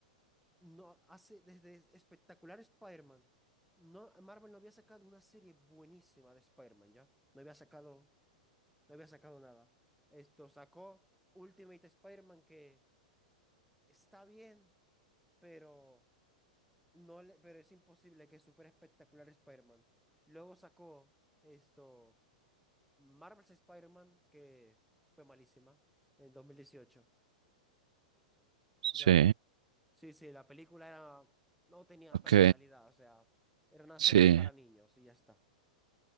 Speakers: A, in the centre; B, on the right.
A: No hace, desde Espectacular Spider-Man, no, Marvel no había sacado una serie buenísima de Spider-Man, ¿ya? No había sacado No había sacado nada. Esto sacó Ultimate Spider-Man que está bien, pero no le, pero es imposible que supere espectacular Spider-Man. Luego sacó esto Marvel's Spider-Man que fue malísima en dos mil dieciocho ¿ya?
B: Sí,
A: Sí, sí, la película era no tenía
B: ok,
A: personalidad, o sea, era una
B: sí,
A: serie para niños y ya está.